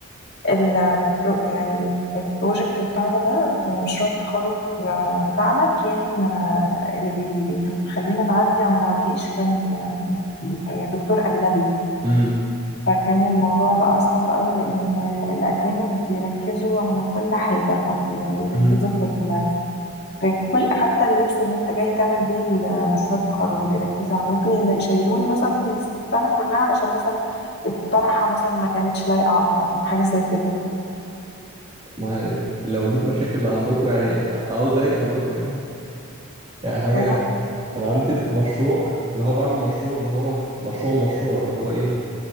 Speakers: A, on the left; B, on the right.
A: ال يعني ال- البروجكت بتاعنا ده مشروع التخرج بتاعنا كان آه، اللي بي- بيخلينا نعدي او ما نعديش كان يعني دكتور أجنبي
B: امم
A: فكان الموضوع بقى صعب قوي لأن الأجانب بيركزوا على كل حاجة حرفيا بيركزوا
B: امم
A: في, ال... في كل حتى اللبس اللي أنت جاي تعمل بيه مشروع التخرج بيركزوا عليه ممكن ين- يشيلوني مثلا من السنة كلها علشان مثلا الطرحة مثلا ما كانتش لايقة على الطقم حاجة زي كده
B: ما هي- لو دي المشاكل اللي عندكم يعني عاوز اجي عندكم يعني يعني حاجة
A: لا
B: انا عندي المشروع اللي هو بعمل مشروع اللي هو ف- مشروع مشروع اللي هو ايه